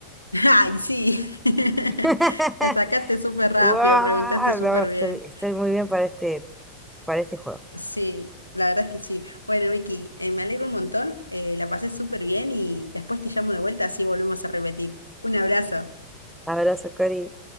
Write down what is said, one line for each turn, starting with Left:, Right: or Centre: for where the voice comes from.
Left: Ay, sí. <laughs>
Centre: <laughs>
Left: La sacaste súper rápido,
Centre: ¡Guau!
Left: preguntaste súper
Centre: No, estoy,
Left: bien.
Centre: estoy muy bien para este, para este juego.
Left: Sí, la verdad es que sí. Bueno, Miki, eh, me alegro un montón. eh, la pasé súper bien y después te llamo de vuelta, así volvemos a repetir. Un abrazo.
Centre: Abrazo, Cori.